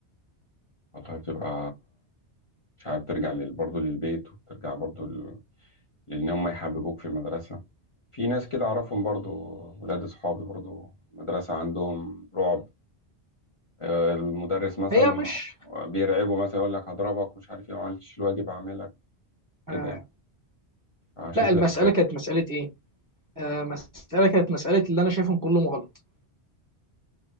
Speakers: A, on the left; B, on the right.
A: والله بتبقى مش عارف ترجع لل... برضه للبيت وبترجع برضه ل... لأن هم يحببوك في المدرسة في ناس كده أعرفهم برضه ولاد أصحابي برضه المدرسة عندهم رعب آه، المدرس مثلا
B: هي مش
A: بيرعبه مثلا يقول لك هضربك مش عارف ايه ما عملتش الواجب هعمل لك كده
B: آه
A: يعني. عشان
B: لا
A: كده
B: المساله
A: بيخاف
B: كانت مساله ايه آه مساله كانت مساله اللي انا شايفهم كلهم غلط